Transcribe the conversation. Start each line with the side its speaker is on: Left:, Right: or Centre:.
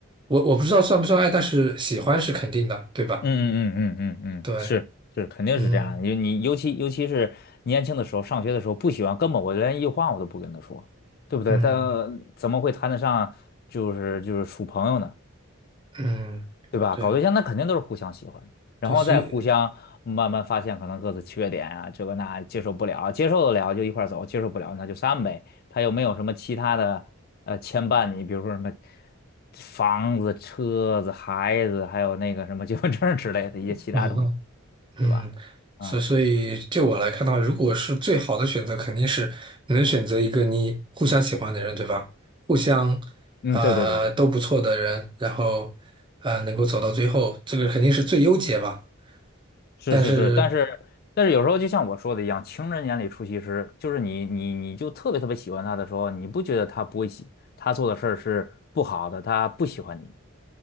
Right: 我我不知道算不算爱，但是喜欢是肯定的，对吧？
Left: 嗯嗯嗯嗯嗯嗯，
Right: 对，
Left: 是是，肯定是这样的。
Right: 嗯
Left: 你你尤其尤其是年轻的时候，上学的时候不喜欢，根本我连一句话我都不跟他说，对不对？
Right: 嗯
Left: 但呃怎么会谈得上就是就是处朋友呢？
Right: 嗯，
Left: 对吧？
Right: 对
Left: 搞对象那肯定都是互相喜欢的，然后再互相慢慢发现可能各自缺点啊，
Right: 对，所以，
Left: 这个那接受不了，接受得了就一块儿走，接受不了那就散呗。他又没有什么其他的呃牵绊你，比如说什么房子、车子、孩子，还有那个什么结婚证儿之类的一些其他东西，
Right: <laughs> 嗯。嗯，
Left: 对吧？
Right: 所所以就我来看的话，
Left: 嗯
Right: 如果是最好的选择，肯定是你能选择一个你互相喜欢的人，对吧？互相啊都不错的人，
Left: 嗯，对对对对。
Right: 然后啊能够走到最后，这个肯定是最优解吧。
Left: 是是是，
Right: 但是，
Left: 但是但是有时候就像我说的一样，情人眼里出西施，就是你你你就特别特别喜欢他的时候，你不觉得他不会喜，他做的事儿是不好的，他不喜欢你，